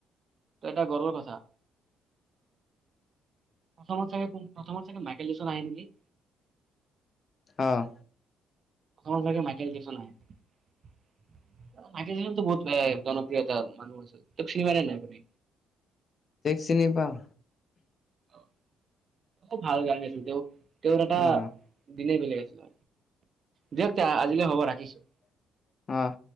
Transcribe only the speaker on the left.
অঁ।
তেওঁক চিনি পাওঁ।
অ
অহ।